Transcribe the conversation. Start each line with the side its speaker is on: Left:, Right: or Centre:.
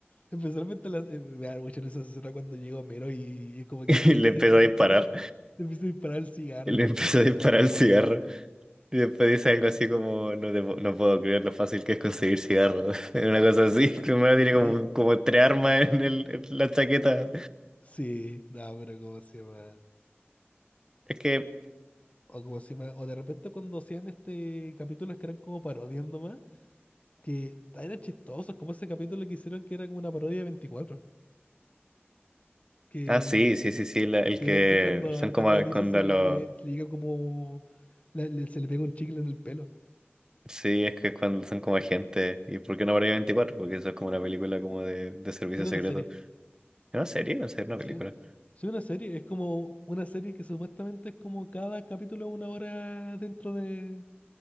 Left: Especialmente la- eh, me da mucha risa esa escena cuando llega Homero y, y como
Right: <laughs>
Left: que ve
Right: Y le
Left: a Lisa
Right: empezó
Left: que está
Right: a
Left: a
Right: disparar.
Left: punto de agarrar, <laughs> le empieza a disparar el cigarro,
Right: Y le
Left: que,
Right: empezó
Left: que
Right: a disparar
Left: más
Right: el
Left: buena.
Right: cigarro. Y después dice algo así como, no, te pu- no puedo creer lo fácil que es conseguir cigarros. <laughs> Una cosa así. Primero tiene
Left: Sí,
Right: como, como tres armas en, el, en la chaqueta.
Left: sí, no, pero ¿cómo se llama?
Right: Es que...
Left: O como si me- o de repente cuando hacían este capítulos que eran como parodias nomás, que eran chistosos, como ese capítulo que hicieron que era como una parodia de 24 que,
Right: Ah, sí, sí, sí, sí. la- el
Left: que,
Right: que
Left: era- que es cuando,
Right: son como
Left: cuando a Lisa
Right: cuando
Left: se le,
Right: lo...
Left: le, se le llega como la- le- se le pega un chicle en el pelo.
Right: Sí, es que cuando son como agentes. ¿Y por qué no habría 24? Porque eso es como una película como de, de servicio
Left: Es una
Right: secreto.
Left: serie,
Right: ¿Es una serie? ¿En serio? ¿Una
Left: sí.
Right: película?
Left: es una serie, es como una serie que supuestamente es como cada capítulo una hora dentro de